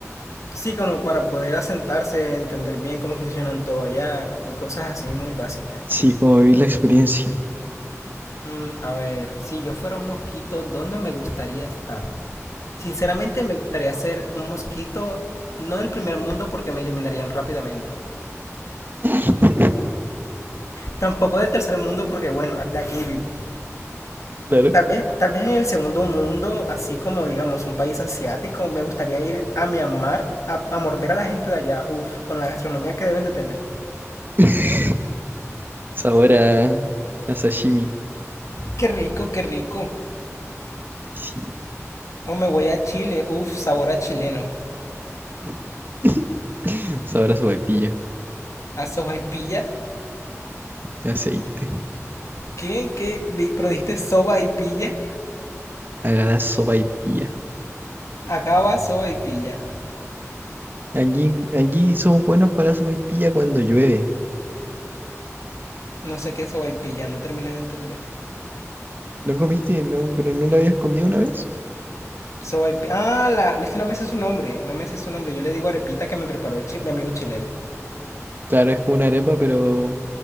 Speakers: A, on the left (about 70°); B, on the right (about 40°).
A: Sí, como para poder asentarse, entender bien cómo funcionan todo allá y cosas así muy básicas,
B: Sí,
A: sí.
B: como vivir la experiencia.
A: Mm, a ver, si yo fuera un mosquito, ¿dónde me gustaría estar? Sinceramente me gustaría ser un mosquito, no del primer mundo porque me eliminarían rápidamente.
B: <laughs>
A: Tampoco del tercer mundo porque, bueno, de aquí vivo.
B: Claro.
A: Tal vez, tal vez en el segundo mundo, así como digamos un país asiático, me gustaría ir a Myanmar a, a morder a la gente de allá, uff, con la gastronomía que deben de tener.
B: <laughs> Sabor a, a sashimi.
A: Qué rico, qué rico.
B: Sí.
A: O me voy a Chile, uff, sabor a chileno.
B: <laughs> Sabrá sopaipilla,
A: A soba y pilla.
B: aceite.
A: ¿Qué? ¿Qué? Di- ¿Pero dijiste soba y pilla?
B: Haga la sopaipilla.
A: Acaba soba y pilla.
B: Aquí, aquí son buenos para la sopaipilla cuando llueve.
A: No sé qué es soba y pilla, no terminé de entender.
B: ¿No comiste? No, pero no la habías comido una vez.
A: Soba y pi- Ah, la... es que no me sé su nombre, no me sé su nombre. Yo le digo arepita que me preparó el chi- mi amigo chileno.
B: Claro, es como una arepa, pero